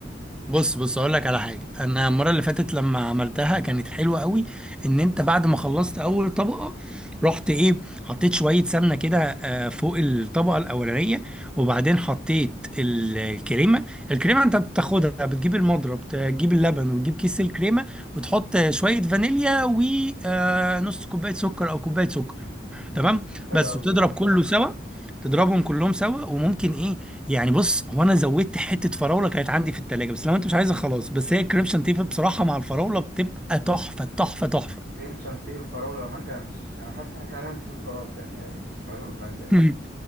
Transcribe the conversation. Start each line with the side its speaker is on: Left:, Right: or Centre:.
Centre: بص بص اقول لك على حاجه انا المره اللي فاتت لما عملتها كانت حلوه قوي ان انت بعد ما خلصت اول طبقه رحت ايه حطيت شويه سمنه كده آه، فوق الطبقه الاولانيه وبعدين حطيت ال- الكريمه الكريمه انت بتاخدها بتجيب المضرب تجيب اللبن وتجيب كيس الكريمه وتحط شويه فانيليا ونص كوبايه سكر او كوبايه سكر
Right: امم
Centre: تمام
Right: حلو
Centre: بس
Right: قوي
Centre: وتضرب
Right: ده
Centre: كله سوا تضربهم كلهم سوا وممكن ايه يعني بص هو انا زودت حته فراوله كانت عندي في التلاجة بس لو انت مش عايزها خلاص بس هي الكريمشن تيب بصراحه مع الفراوله بتبقى تحفه تحفه تحفه
Right: كريم شانتيه وفراولة ومانجا مش أنا حاسس إن إحنا كده هنعمل فروت سلطة يعني يعني مش هناكل مانجا
Centre: <laughs> مم.